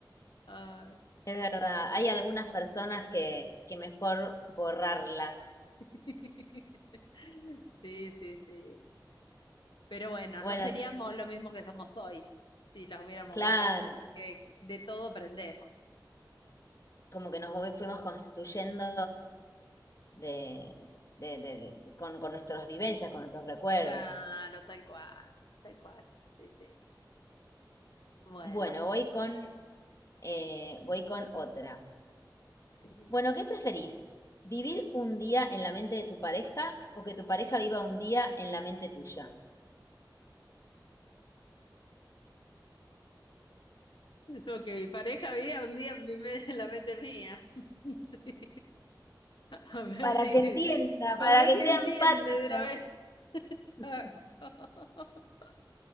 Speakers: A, on the left; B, on the left.
A: Ay.
B: Es verdad, hay algunas personas que, que mejor borrarlas.
A: <laughs> Sí, sí, sí. Pero bueno,
B: Bueno,
A: no seríamos lo mismo que somos hoy si las hubiéramos
B: claro,
A: borrado, porque de todo aprendemos.
B: como que nos fu- fuimos constituyendo de, de- de- de- con, con nuestras vivencias, con nuestros recuerdos.
A: Claro, tal cual, tal cual. Sí, sí. Bueno,
B: Bueno, voy con, eh, voy con otra.
A: sí.
B: Bueno, ¿qué preferís? ¿Vivir un día en la mente de tu pareja o que tu pareja viva un día en la mente tuya?
A: Lo que mi pareja veía un día en mi me- en la mente mía. <laughs> Sí. A ver
B: Para
A: si,
B: que entienda,
A: para
B: para
A: ver
B: que
A: si
B: sea
A: entiende
B: empático.
A: de una vez. <laughs> Exacto.
B: <laughs>
A: <laughs>